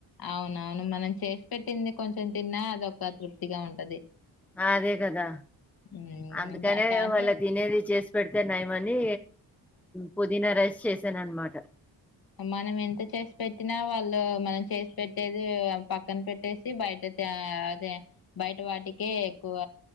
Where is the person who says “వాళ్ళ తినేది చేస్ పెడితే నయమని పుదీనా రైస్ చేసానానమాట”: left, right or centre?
Centre